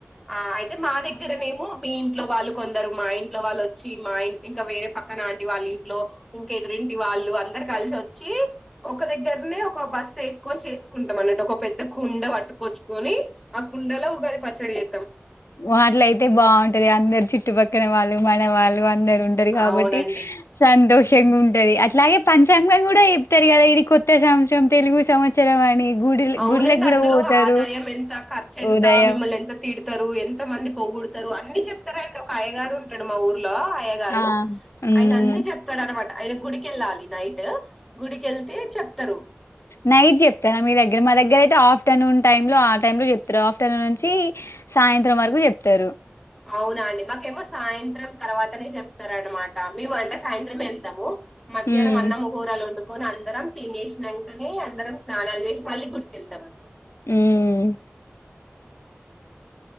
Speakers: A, in the centre; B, on the left.
A: ఆ అయితే మా దగ్గరనేమ మీ ఇంట్లో వాళ్ళు కొందరు మా ఇంట్లో వాళ్ళు వచ్చి మా ఇంకా వేరే పక్క నాటి వాళ్ళ ఇంట్లో ఇంక ఎదురింటి వాళ్ళు అందరు కలిసి వచ్చి ఒక దగ్గరనే ఒక బస్ వేసుకొని చేసుకుంటాం అన్నట్టు ఒక పెద్ద కుండ పట్టు కొచ్చుకొని ఆ కుండలో ఉగాారి పచ్చడి అ
B: వాట్ల అయితే బాగుంటది అందరు చుట్టుపక్కన వాళ్ళు మనవాళ్ళు అందరు ఉంటారు కాబట్టి
A: అవునండి.
B: సంతోషంగా ఉంట ది అలాగే పంచాంగం కూడా చెప్తారు కదా ఇది కొత్త సంవత్సరం తెలుగు సంవత్సరం అని గుడిల్
A: అవునండి
B: గుడ్లకు గూడా
A: అందులో
B: పోతారు.
A: ఆదాయం ఎంత ఖర్చు ఎంత
B: ఉదయం
A: మిమ్మల్ని ఎంత తీడుతరూ ఎంత మంది పొగొడతారు అన్ని చెప్తారుండి ఒక అయ్యగారు ఉంటాడు మా ఊరు లో అయ్య గారు
B: ఆ! హ్మ్.
A: ఆయన అన్ని చెప్తాడనమాట ఆయన గుడికి వెళ్ళాలి నైట్ గుడికెళ్తే చెప్తరు.
B: నైట్ చెప్తారా మీ దగ్గ గ మా దగ్గర అయితే ఆఫ్టర్నూన్ టైమ్ లో ఆ టై లో చెప్తారు ఆఫ్టర్నూన్ నుంచి సాయంత్రం వరకు చెప్తారు
A: అవునా అండి మాకేమో సాయంత్రం తర్వాతనే చెప్తారనమాట మేము అంటే సాయంత్రం వెళ్తాము మధ్యాహ్నం
B: హ్మ్.
A: అన్నము కూరలు ఉండు కొని అందరం తినేసినంకానే అందరం స్నానాలు చేసి మళ్ళీ గుడికెళ్తాం
B: ఉమ్